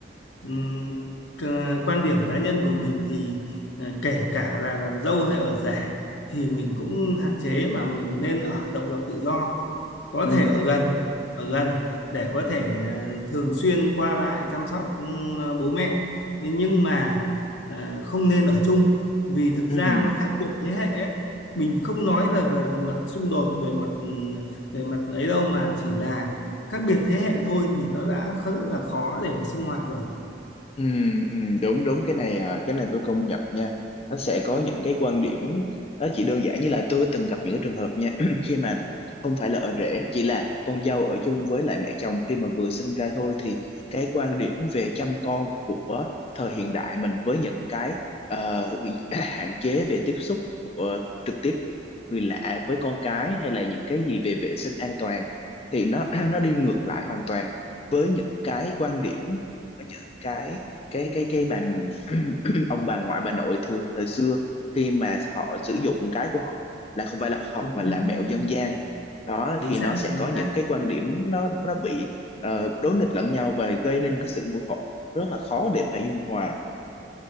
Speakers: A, on the left (about 80°); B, on the left (about 35°).
A: Ừm, c- quan điểm cá nhân của mình thì à, kể cả là làm dâu hay ở rể thì mình cũng hạn chế mà mình nên ở độc lập tự do có
B: ừ,
A: thể ở gần ở gần để có thể à, thường xuyên qua lại chăm sóc ừm, bố mẹ thế nhưng mà à, không nên ở chung vì thực
B: ừ.
A: ra nó khác biệt thế hệ ấy. Mình không nói là về mặt xung đột về mặt ừm, về mặt ấy đâu mà chỉ là khác biệt thế hệ thôi thì nó đã khó- rất là khó để mà sinh hoạt rồi
B: Ừ, ừ, đúng đúng cái này à, cái này tôi công nhận nha nó sẽ có những cái quan điểm nó chỉ đơn giản như là tôi từng gặp những cái trường hợp nha <clears throat> khi mà không phải là ở rể chỉ là con dâu ở chung với lại mẹ chồng khi mà vừa sinh ra thôi thì cái quan điểm về chăm con của thời hiện đại mình với những cái ờ, <clears throat> hạn chế về tiếp xúc của trực tiếp của người lạ với con cái hay là những cái gì về vệ sinh an toàn thì nó <clears throat> nó đi ngược lại hoàn toàn với những cái quan điểm của những cái cái cái cái bà <clears throat> ông bà ngoại bà nội thường hồi xưa khi mà họ sử dụng cái của họ là không phải là học
A: chính
B: mà là
A: xác
B: mẹo dân gian đó
A: chính
B: thì
A: xác
B: nó sẽ
A: chính
B: có những
A: xác.
B: cái quan điểm nó nó bị ờ, đối nghịch lẫn nhau và gây nên cái sự mâu thuẫn rất là khó để mà dung hòa